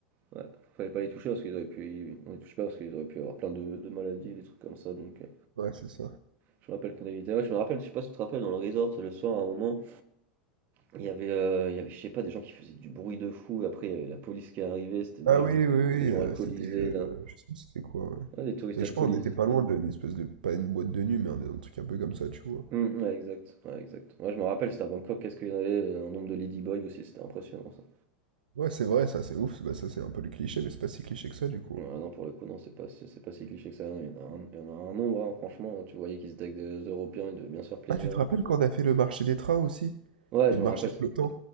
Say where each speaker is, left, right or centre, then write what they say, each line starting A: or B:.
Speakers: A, on the right (about 45°); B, on the right (about 80°).
A: Ouais, fallait pas les toucher parce qu'ils auraient pu. On les touche pas parce qu'ils auraient pu avoir plein de, de maladies, des trucs comme ça. Donc, euh,
B: Ouais, c'est ça.
A: je me rappelle qu'on avait été. Ouais, je me rappelle, je sais pas si tu te rappelles, dans le resort, le soir, à un moment. Il y avait, heu, il y avait, je sais pas, des gens qui faisaient du bruit de fou. Après, il y avait la police qui est arrivée, c'était des
B: Ah
A: gens
B: oui, oui,
A: al
B: oui,
A: des gens
B: heu,
A: alcoolisés
B: c'était, heu,
A: là.
B: je sais plus c'était quoi, ouais.
A: Ouais, des touristes
B: Mais
A: alcoolisés.
B: je crois on n'était pas loin d'une espèce de pas une boîte de nuit, mais un un truc un peu comme ça, tu vois?
A: Mmh ouais, exact, ouais, exact. moi je me rappelle, c'était à Bangkok, qu'est-ce qu'il y en avait, heu, un nombre de ladyboys aussi, c'était impressionnant ça.
B: Ouais, c'est vrai ça, c'est ouf, bah, ça c'est un peu le cliché, mais c'est pas si cliché que ça, du coup.
A: Ah non, pour le coup, non, c'est pas c'est c'est pas si cliché que ça, il y en a un il y en a un nombre, hein, franchement, tu voyais qu'ils étaient avec des Européens, ils devaient bien se faire plaisir,
B: Ah, tu te
A: hein.
B: rappelles quand on a fait le marché des trains aussi?
A: Ouais,
B: Et
A: je
B: le
A: me
B: marché
A: rappelle,
B: flottant?